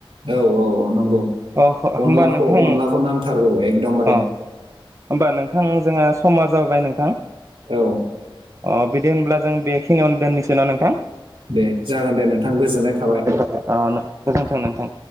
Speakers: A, on the right (about 75°); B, on the right (about 35°).
A: औ औ नंगौ
B: अ होमबा
A: अनलाखौ
B: नोंथां
A: अनलाखौ नांथारगौ एकदमबारे
B: अ होमबा नोंथां जोंहा समा जाबाय नोंथां
A: औ
B: अ बिदि होनब्ला जों बेखिनियावनो दोननिसोन ना नोंथां?
A: दे जागोन दे नोंथां। गोजोननाय थाबाय
B: गोजोनथों नोंथां।